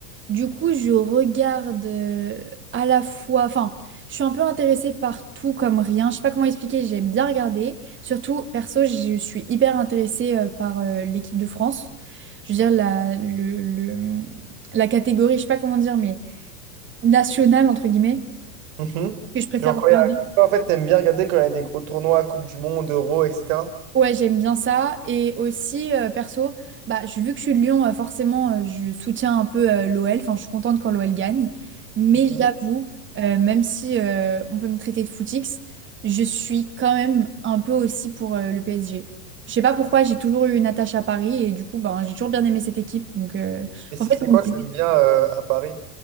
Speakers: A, on the right; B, on the right.
A: Du coup, je regarde euh, à la fois, enfin, je suis un peu intéressée par tout comme rien. Je sais pas comment expliquer, j'aime bien regarder. Surtout, perso, je suis hyper intéressée euh, par euh, l'équipe de France. Je veux dire, la, le- le- la catégorie, je sais pas comment dire, mais nationale, entre guillemets,
B: Mhm.
A: que je préfère
B: Genre
A: regarder.
B: quand il y a... toi, en fait, t'aimes bien regarder quand il y a des gros tournois, Coupe du Monde, Euro, etc.
A: Ouais, j'aime bien ça. Et aussi, euh, perso, bah, je- vu que je suis de Lyon, euh, forcément, euh, je soutiens un peu euh, l'OL. Enfin, je suis contente quand l'OL gagne. Mais
B: Mhm.
A: j'avoue, euh, même si euh, on peut me traiter de footix, je suis quand même un peu aussi pour euh, le PSG. Je sais pas pourquoi, j'ai toujours eu une attache à Paris et du coup, ben, j'ai toujours bien aimé cette équipe. Donc, euh,
B: Et si
A: en fait,
B: c'est
A: on
B: quoi
A: me disait-
B: que t'aimes bien euh, à Paris?